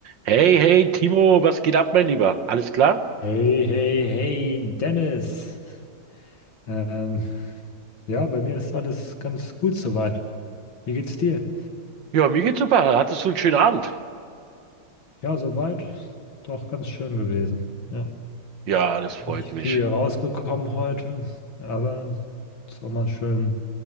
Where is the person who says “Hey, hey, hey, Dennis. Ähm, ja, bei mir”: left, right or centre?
Left